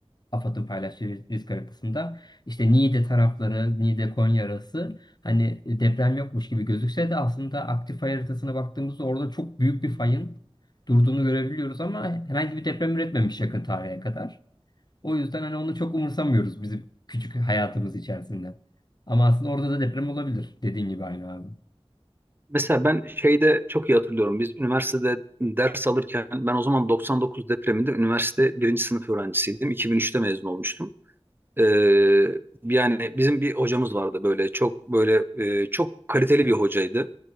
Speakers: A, on the left; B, on the right.
A: AFAD'ın paylaştığı risk risk haritasında işte Niğde tarafları, Niğde Konya arası hani deprem yokmuş gibi gözükse de aslında aktif fay haritasına baktığımızda orada çok büyük bir fayın durduğunu görebiliyoruz ama herhangi bir deprem üretmemiş yakın tarihe kadar. O yüzden hani onu çok umursamıyoruz bizim küçük hayatımız içerisinde. Ama aslında orada da deprem olabilir. Dediğin gibi aynı abi.
B: Mesela ben şeyde çok iyi hatırlıyorum. Biz üniversitede ders alırken ben o zaman 99 depreminde üniversite birinci sınıf öğrencisiydim. 2003'te mezun olmuştum. Ee, yani bizim bir hocamız vardı böyle çok böyle e, çok kaliteli bir hocaydı.